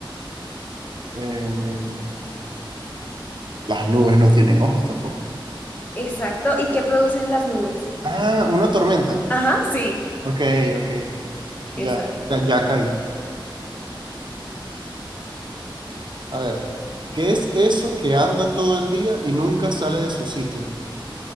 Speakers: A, on the right; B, on the left.
A: Eh, las nubes no tienen ojos tampoco.
B: Exacto, ¿y qué producen las nubes?
A: Ah, una tormenta.
B: Ajá, sí,
A: Ok, ok. Ya,
B: esa era.
A: ya caí. A ver, ¿qué es eso que anda todo el día y nunca sale de su sitio?